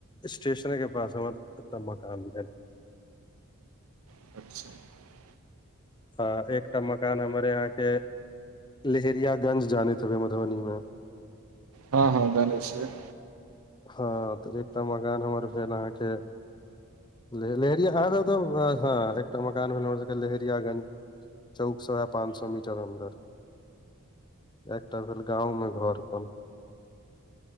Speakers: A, on the left; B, on the right.
A: स्टेशन के पास हमर अपन मकान भेल
B: <inaudible>
A: ह एकटा मकान हमर यहाँके लहेरियागंज जानैत हेबै मधुबनी मे
B: हँ हँ जानै छियै
A: हँ तऽ एकटा मकान हमर भेल अहाँके लहेरिया अहाँ <unintelligible> एकटा मकान भेल लहेरियागंज <inaudible> चौक स वैह पाँच सौ मीटर अन्दर एकटा भेल गाँव में घर अपन